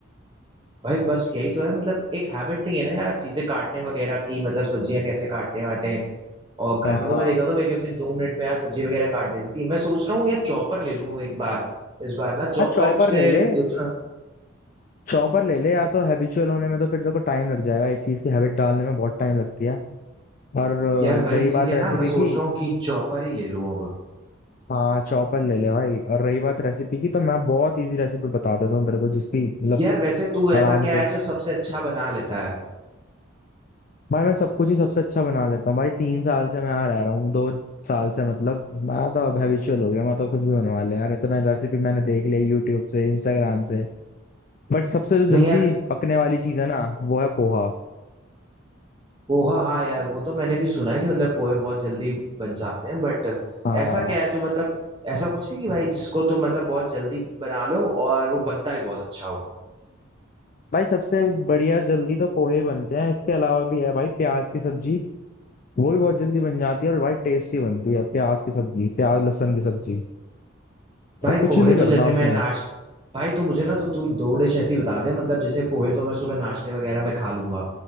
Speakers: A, on the right; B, on the left.
A: भाई बस यही तो है मतलब एक हैबिट नहीं है ना यार चीजें काटने वगैरह की मतलब सब्जियां कैसे काटते हैं वाटे हैं। और घर
B: हाँ
A: में तो
B: हाँ
A: मैं देखता था मेरी अम्मी दो मिनट में यार सब्जी वगैरह काट देती थी मैं सोच रहा हूँ यार चॉपर ले लूँ एक बार इस बार ना चॉपर
B: हाँ चॉपर
A: से
B: ले ले
A: उतना
B: चॉपर ले ले या तो हैबिचुअल होने में तो फिर तेरे को टाइम लग जाएगा एक चीज की हैबिट डालने में बहुत टाइम लगती है और अ,
A: यार वही
B: रही
A: इसीलिए
B: बात रेसिपी
A: ना मैं सोच
B: की
A: रहा हूँ कि चॉपर ही ले लूँ अब
B: हाँ चॉपर ले ले भाई और रही बात रेसिपी की तो मैं बहुत इजी रेसिपी बता देता हूँ तेरे को जिसकी मतलब
A: यार वैसे तू ऐसा
B: आराम
A: क्या
B: से
A: है जो सबसे अच्छा बना लेता है
B: भाई मैं सब कुछ ही सबसे अच्छा बना लेता हूँ भाई तीन साल से मैं यहाँ रह रहा हूँ दो साल से मतलब मैं तो अब हैबिचुअल हो गया मैं तो कुछ भी बनवा ले यार इतना रेसिपी मैंने देख लिया यूट्यूब से इंस्टाग्राम से बट सबसे जो
A: नहीं
B: जल्दी
A: यार
B: पकने वाली चीज है ना वो है पोहा
A: पोहा हाँ हाँ यार वो तो मैंने भी सुना है कि मतलब पोहे बहुत जल्दी बन जाते हैं बट
B: हाँ
A: ऐसा क्या है जो मतलब ऐसा कुछ है कि भाई जिसको तो मतलब बहुत जल्दी बना लो और वो बनता ही बहुत अच्छा हो
B: भाई सबसे बढ़िया जल्दी तो पोहे ही बनते हैं इसके अलावा भी है भाई प्याज की सब्जी वो भी बहुत जल्दी बन जाती है और भाई टेस्टी बनती है प्याज की सब्जी प्याज लहसुन की सब्जी
A: भाई
B: और कुछ
A: पोहे
B: नहीं करना
A: तो जैसे
B: उसमें
A: मैं नाश भाई तो मुझे ना तो तू दो डिश ऐसी बता दे मतलब जैसे पोहे तो मैं सुबह नाश्ते वगैरह में खा लूंगा